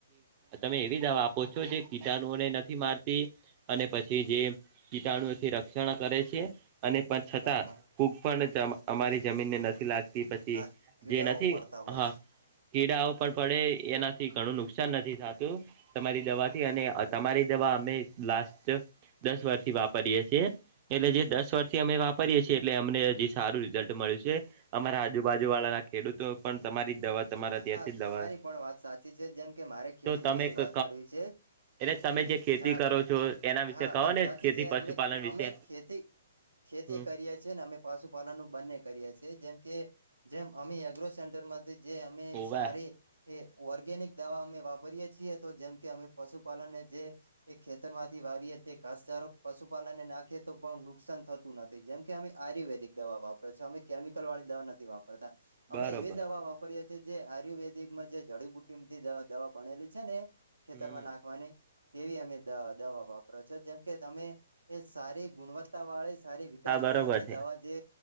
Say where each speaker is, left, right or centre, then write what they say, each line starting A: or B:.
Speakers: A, on the right; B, on the right.
A: તમે એવી દવા આપો છો જે કીટણુઓને નથી મારતી અને પછી જે કીતાણુથી રક્ષણ કરે છે અને પણ
B: હા
A: છતાં
B: હા
A: કોુક પણ અમારી જમીન ને નથી લાગતી પછી
B: હા કીડાઓ
A: જે ના થી
B: પડતા હોય
A: હા
B: છે
A: કીડાઓ પણ પડે એનાથી ઘણું નુકસાન નથી થતું તમારી દવાથી
B: હા હા
A: અને તમારી દવા અમે લાસ્ટ દસ વર્ષથી વાપરીએ છીએ એટલે જે દસ
B: હા
A: વર્ષથી અમે વાપરીએે છીએ એટલે અમને જે સારું રિઝલ્ટ મળ્યું છે અમારા આજુબાજુ વાળા
B: હા
A: ના ખેડૂતો પણ તમારી દવા તમારા ત્યાંથી
B: હા
A: જ
B: તમારી
A: દવા
B: પણ વાત સાચી છે જેમ કે મારે ખેડૂત
A: તો તમે
B: વિશે
A: કહો
B: વાત કરવી છે.
A: એટલે તમે જે ખેતી
B: હા
A: કરો છો એના વિશે
B: હા
A: કહો
B: વાત
A: ને
B: સાચી
A: ખેતી
B: છે
A: પશુપાલન
B: અમે
A: વિશે
B: અમે ખેતી, ખેતી
A: હમ
B: કરીએ છીએને અમે, પશુપાલનું બંને કરીએ છીએ જેમ કે, જેમ અમે એગ્રો સેન્ટરમાંથી જે મે
A: હોવે
B: સારી. એ ઓર્ગેનિક દવા અમે વાપરીએે છીએ, તો જેમ કે અમે પશુપાલનને જે એ ખેતરમાંથી વાવીએ તે ઘાસચારો પશુપાલનને નાખે તો પણ નુકસાન થ તું નથી, જેમ કે અમે આયુર્વેદિક દવા વાપરી છે, અમે કેમિકલવાળી દવા નથી વાપ પરતા
A: બરોબર
B: અમે એવી દવા વાપરીએ જે-જે આયુર્વેદિકમાં જે જડીબુટીમથી દવા-દવા બનેલી છે ને, ખેતરમાં
A: હમ
B: નાખવાની. તેવી અમે દવા-દવા વાપરો છો, જેમકે તમે એ સારી ગુણવત્ત તા વાળી સારી વિકાસવાળી
A: હા બરોબર
B: અમે દવા
A: છે
B: જે